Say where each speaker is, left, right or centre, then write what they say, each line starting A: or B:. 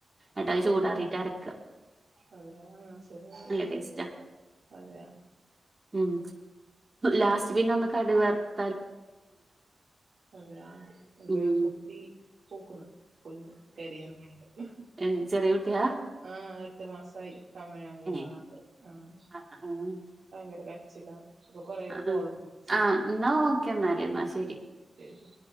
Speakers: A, on the right; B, on the right.
A: എന്നട്ട് ചൂടാറിയിട്ട് അരയ്ക്കുക.
B: അതെയാ ആഹ് ശരിയാണ് കേട്ടോ
A: ടേസ്റ്റാ
B: അതെയാ.
A: ഉം ലാസ്റ്റ് പിന്നെ ഒന്ന് കടുക് വറുത്ത്.
B: അതെയാ എന്റെ
A: ഉം
B: കുട്ടി പോകുന്നു. കുഞ്ഞ് കരയാന്ന് വിളി വന്ന്,
A: ഏ, ചെറിയ കുട്ടിയാ
B: ആഹ് എട്ടു മാസമായി. കമിഴാന്ന്
A: ഏ
B: എങ്കിൽ മാത്രം ആഹ്.
A: ആ ആ ഉം
B: ഭയങ്കര കരച്ചിലാ ഇപ്പൊ കൊറെ
A: ആ
B: കോളും
A: ആ
B: വിളിച്ചു.
A: ആ, എന്നാ ഓക്കേ എന്നാല് എന്നാ ശരി.
B: ശരി